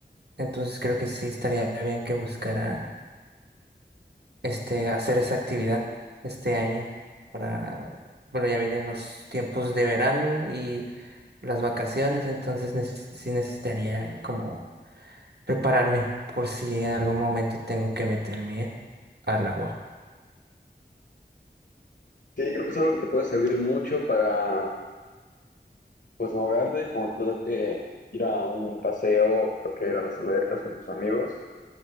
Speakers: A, on the right (about 60°); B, on the left (about 65°).
A: entonces creo que sí estaría bien que buscara este, hacer esa actividad este año para, bueno, ya vienen los tiempos de verano y las vacaciones, entonces neces- sí necesitaría como prepararme por si en algún momento tengo que meterme al agua.
B: Sí, creo que es algo que te puede servir mucho para, pues, no ahogarte, como te toque ir a un paseo, te toque ir a las albercas con tus amigos.